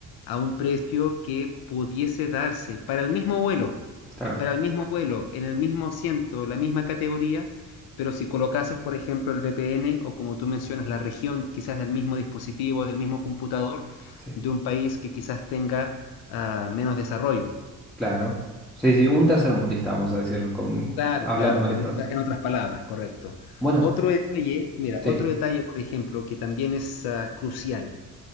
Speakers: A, on the left; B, in the centre.
A: a un precio que pudiese darse para el mismo vuelo,
B: claro,
A: para el mismo vuelo, en el mismo asiento, la misma categoría, pero si colocases, por ejemplo, el VPN o como tú mencionas, la región quizás del mismo dispositivo, del mismo computador,
B: sí.
A: de un país que quizás tenga ah, menos desarrollo.
B: Claro. Sí, sí, un tercermundista, vamos a decirlo, con,
A: Claro,
B: hablando
A: claro,
B: mal y
A: en,
B: pronto.
A: otra- en otras palabras, correcto.
B: Bueno,
A: Otro detalle, mira,
B: sí,
A: otro detalle, por ejemplo, que también es ah, crucial.